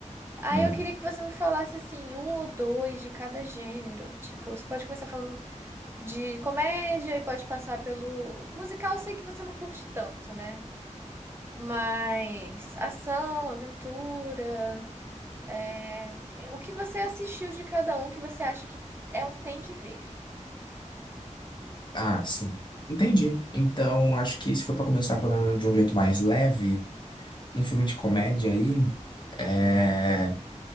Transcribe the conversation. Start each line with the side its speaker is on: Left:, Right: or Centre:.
Right: Aí
Left: Uhum.
Right: eu queria que você me falasse assim, um ou dois de cada gênero. Tipo, você pode começar falando de comédia e pode passar pelo musical, eu sei que você não curte tanto, né? Mas ação, aventura, é... o que você assistiu de cada um que você acha que é um tem que ver?
Left: Ah, sim. Entendi. Então, acho que se for pra começar por um- de um jeito mais leve, um filme de comédia aí, é,
Right: Hum,